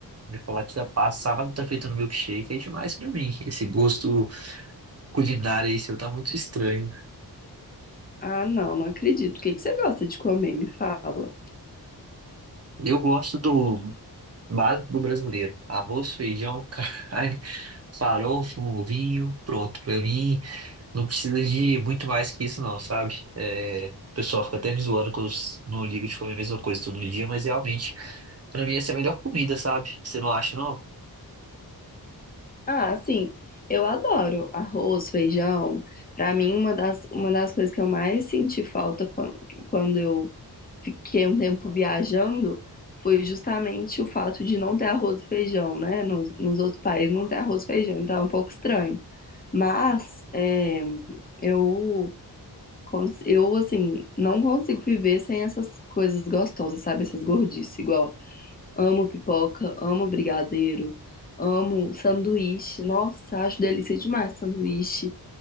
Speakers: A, on the right; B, on the left.
A: de falar que você passar a batata frita no milkshake é demais pra mim. Esse gosto... culinária aí seu tá muito estranho.
B: Ah, não, não acredito. O que que você gosta de comer? Me fala.
A: Eu gosto do básico do brasileiro. Arroz, feijão, <laughs> carne, farofa, um vinho, pronto. Pra mim, não precisa de muito mais que isso não, sabe? É, o pessoal fica até me zoando que eu s- não ligo de comer a mesma coisa todo dia, mas realmente, pra mim essa é a melhor comida, sabe? Você não acha, não?
B: Ah, sim, eu adoro arroz, feijão. Pra mim, uma das, uma das coisas que eu mais senti falta quando, quando eu fiquei um tempo viajando foi justamente o fato de não ter arroz e feijão, né? Nos, nos outros países não tem arroz e feijão, então é um pouco estranho. Mas é, eu, cons- eu, assim, não consigo viver sem essas coisas gostosas, sabe? Essas gordices, igual. Amo pipoca, amo brigadeiro, amo sanduíche. Nossa, acho delícia demais sanduíche.